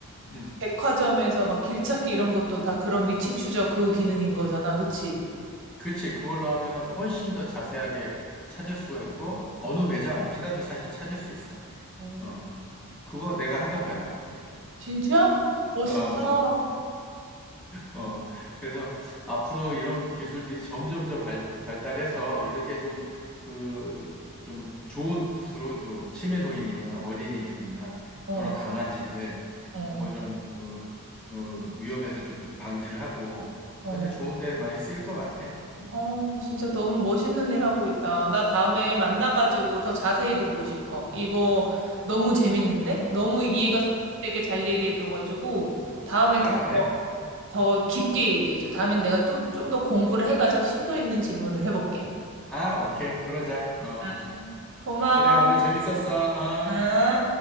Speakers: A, in the centre; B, on the right.
A: 음,
B: 백화점에서 막 길찾기 이런 것도 다 그런 위치 추적 그 기능인 거잖아. 그치?
A: 그치. 그걸로 하면은 훨씬 더 자세하게 찾을 수가 있고, 어느 매장 앞이라도 사실 찾을 수 있어.
B: 어,
A: 어, 그거 내가 하던 거야, 그게.
B: 진짜? 멋있다.
A: 어. 어, 그래서 앞으로 이런 기술들이 점점 더 발, 발달해서 이런 게 좀 그, 좀 좋은 뜻으로 좀 치매 노인이나 어린이들이나
B: 어,
A: 또는 강아지들
B: 어,
A: 어, 뭐 이런 그, 음, 위험에서 좀 방지를 하고
B: 어.
A: 그런데 좋은데 많이 쓰일 것 같아. 음.
B: 어, 진짜 너무 멋있는 일 하고 있다. 나 다음에 만나가지고 더 자세히 듣고 싶어. 이거 너무 재밌는데? 너무 이해가 쏙 되게 잘 얘기해줘가지고, 다음에
A: 아,
B: 더,
A: 그래?
B: 더 깊게 얘기해줘. 다음엔 내가 또 좀 더 공부를 해가지고 심도 있는 질문을 해볼게.
A: 아, 오케이. 그러자. 어,
B: 응. 고마워.
A: 그래. 오늘 재밌었어.
B: 응.
A: 어.